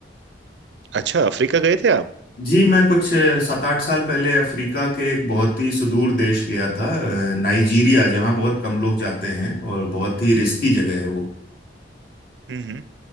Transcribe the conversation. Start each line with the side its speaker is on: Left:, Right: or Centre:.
Right: अच्छा अफ्रीका गए थे आप
Left: जी मैं कुछ अ, सात आठ साल पहले अफ्रीका के एक बहुत ही सुदूर देश गया था अ, नाइजीरिया जहाँ बहुत कम लोग जाते हैं और बहुत ही रिस्की जगह है वो
Right: हम्म हम्म।